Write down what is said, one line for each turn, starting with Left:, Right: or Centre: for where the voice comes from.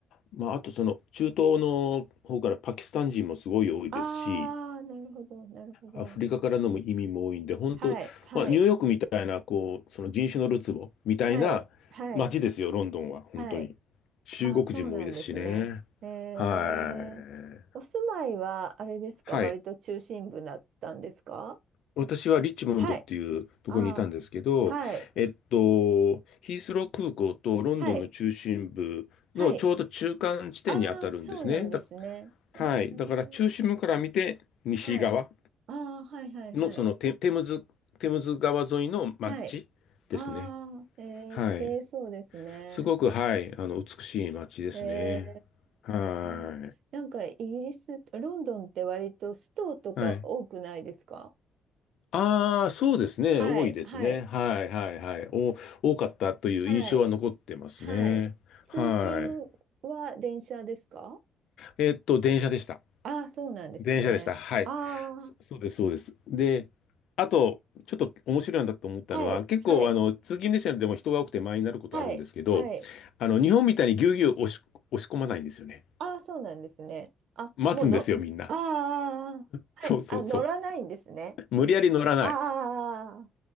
Left: まあ、あとその中東の方からパキスタン人もすごい多いですし、
Right: ああ、なるほど、なるほど。
Left: アフリカからの移民も多いんで、本当、
Right: はい、はい、
Left: まあ、ニューヨークみたいな、こう、その人種のるつぼみたいな街ですよ、
Right: はい、はい、
Left: ロンドンは、本当に。
Right: はい。
Left: 中国人も多いですしね。
Right: ああ、そうなんですね。え
Left: は
Right: ー、
Left: い。
Right: お住まいは、あれですか、
Left: はい。
Right: 割と中心部だったんですか
Left: 私はリッチモンドっていうところにいたんですけど、
Right: はい。ああ、はい、
Left: えっと、ヒースロー空港とロンドンの中心部のちょうど中間地点に当たるんですね。
Right: はい、はい。ああ、そうなんですね。
Left: だ、はい。
Right: えー、
Left: だから中心部から見て西側
Right: はい。ああ、はいはいはい。
Left: のそのテ、テムズ、テムズ川沿いの街ですね。
Right: はい。ああ、えー、
Left: はい。
Right: 綺麗そうですね。
Left: すごく、はい。あの、美しい街ですね。
Right: え
Left: は
Right: ー、なんかイギリス、ロンドンって割とストとか多くないですか
Left: い。はい。ああ、そうですね。
Right: はい、
Left: 多いですね。
Right: はい、
Left: はいはいはい。お、多かったという印象は残ってますね。
Right: はい、はい。通勤は電車ですか
Left: はい。えっと、電車でした。
Right: ああー、そうなんですね。
Left: 電車でした。はい。
Right: ああ、
Left: そ、そうです、そうです。で、あと、ちょっと面白いなと思ったのは、
Right: はい、
Left: 結構、
Right: はい、
Left: あの、通勤電車でも人が多くて満員になることあるんですけど、
Right: はい、はい。
Left: あの、日本みたいにぎゅうぎゅう押し、押し込まないんですよね。
Right: ああ、そうなんですね。あ、
Left: 待つんですよ、
Right: もうの、
Left: みんな。
Right: ああ、ああはい、
Left: そうそうそう。
Right: あ、乗らないんですね。
Left: 無理やり乗らない。
Right: ああ、